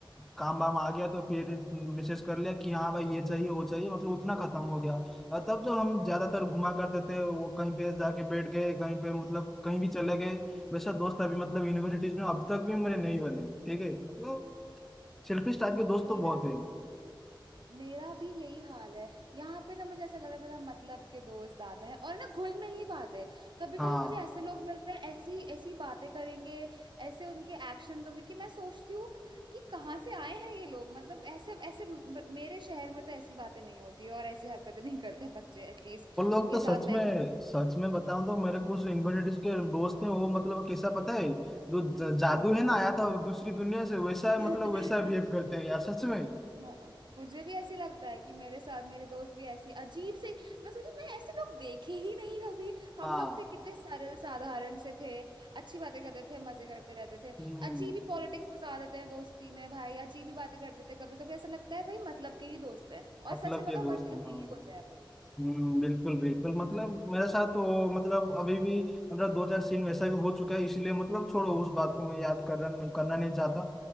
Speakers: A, in the centre; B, on the right (about 60°).
A: काम वाम आ गया तो फिर मैसेज कर लिया कि हाँ भाई ये चाहिए वो चाहिए मतलब उतना खत्म हो गया और तब जब हम ज्यादातर घुमा करते थे वो कहीं पे जाके बैठ गए कहीं पे मतलब कहीं भी चले गए वैसा दोस्त अभी मतलब यूनिवर्सिटीज में अब तक भी मेरे नहीं बने ठीक है मतलब सेल्फिश टाइप के दोस्त
B: मेरा
A: तो बहुत हैं
B: भी मेरा भी यही हाल है यहाँ पे ना मुझे ऐसा लगा था मतलब के दोस्त ज्यादा हैं और ना घुल मिल नहीं पाते कभी
A: हाँ
B: कभी मुझे ऐसे लोग मिलते हैं ऐसी ऐसी बातें करेंगे ऐसे उनके एक्शंस होंगे कि मैं सोचती हूँ कि कहाँ से आए हैं ये लोग मतलब ऐसे ऐसे म- मेरे शहर में तो ऐसी बातें नहीं होती और ऐसी हरकतें नहीं करते बच्चे एटलीस्ट
A: वो लोग
B: जिनके
A: तो सच
B: साथ मैं
A: में
B: घूम
A: सच में बताऊं तो मेरे कुछ यूनिवर्सिटीज के दोस्त हैं वो मतलब कैसा पता है जो ज- जादू
B: हम्म
A: है ना आया था दूसरी दुनिया से वैसा मतलब
B: <laughs>
A: वैसा बिहेव करते हैं यार सच में
B: म- मुझे भी ऐसी लगता है कि मेरे साथ मेरे दोस्त भी ऐसी अजीब से मैं सोची मैं ऐसे लोग देखे ही नहीं कभी हम
A: हाँ
B: लोग थे कितने सरल साधारण से थे अच्छी बातें करते थे मजे करते रहते थे
A: हम्म
B: अजीब ही पॉलिटिक्स घुसा देते हैं दोस्ती में भाई अजीब ही बातें करते थे कभी कभी ऐसा लगता है भाई मतलब के ही दोस्त हैं और
A: मतलब
B: सच में
A: के
B: बताओ
A: दोस्त
B: मतलब
A: हैं हाँ
B: के ही होते हैं वो
A: हम्म बिल्कुल बिल्कुल मतलब मेरे साथ तो मतलब अभी भी मतलब दो चार सीन वैसा भी हो चुका है इसीलिए मतलब छोड़ो उस बात को मैं याद करना करना नहीं चाहता